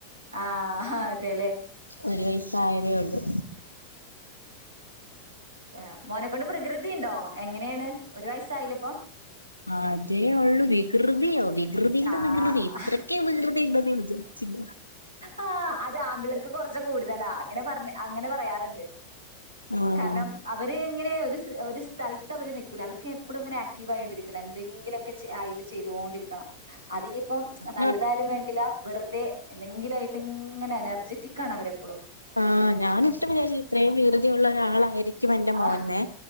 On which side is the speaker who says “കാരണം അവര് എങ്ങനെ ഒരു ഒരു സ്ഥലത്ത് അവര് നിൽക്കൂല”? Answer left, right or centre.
Right